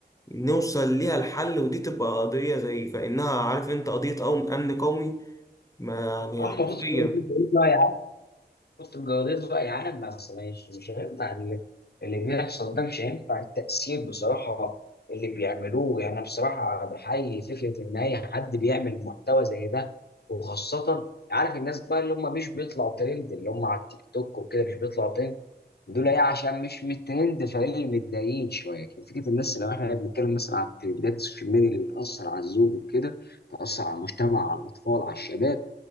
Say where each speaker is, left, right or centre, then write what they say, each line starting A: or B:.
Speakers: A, on the left; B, on the left.
A: نوصل ليها الحل ودي تبقى قضية زي كأنها عارف أنت قضية قوم أمن قومي ما يعني
B: اما
A: حرفيا
B: بص الجواليز بقى يا عم، بص الجواليز بقى يا عالم بس مش مش هينفع اللي, اللي بيحصل ده مش هينفع التأثير بصراحة اللي بيعملوه يعني أنا بصراحة بحيي فكرة إن أي حد بيعمل محتوى زي ده وخاصة عارف الناس بقى اللي هم مش بيطلعوا ترند اللي هم على التيك توك وكده مش بيطلعوا ترند دول ايه عشان مش من الترند فايه متضايقين شويه لكن فكره الناس لو احنا بنتكلم مثلا عن الترندات السوشيال ميديا اللي بتاثر على الزوج وكده بتاثر على المجتمع على الاطفال على الشباب